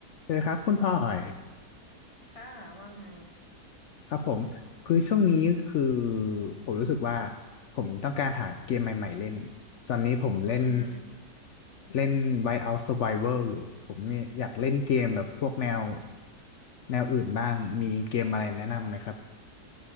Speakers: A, on the left (about 65°); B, on the left (about 25°).
A: เออครับคุณพ่อย
B: ค่ะว่าไง
A: ครับผมคือช่วงนี้คือผมรู้สึกว่าผมต้องการหาเกมใหม่ๆเล่นตอนนี้ผมเล่น
B: อือหือ
A: เล่น Whiteout Survival อยู่ผมเนี่ยอยากเล่นเกมแบบพวกแนวแนวอื่นบ้างมีเกมอะไรแนะนำไหมครับ